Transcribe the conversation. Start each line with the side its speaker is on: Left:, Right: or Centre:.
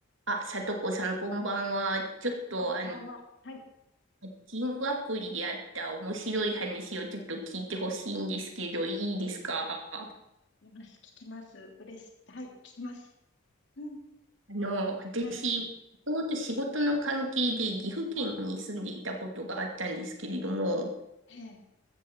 Right: あ、さとこさん、こんばんは。ちょっと、
Left: こんばんは。
Right: あの、
Left: はい。
Right: マッチングアプリであった面白い話をちょっと聞いてほしいんですけど、いいですかあ
Left: います。聞きます。嬉しい。はい。聞きます。うん。
Right: の、私、
Left: はい。
Right: もともと仕事の関係で岐阜県に住んでいたことがあったんですけれども、
Left: ええ。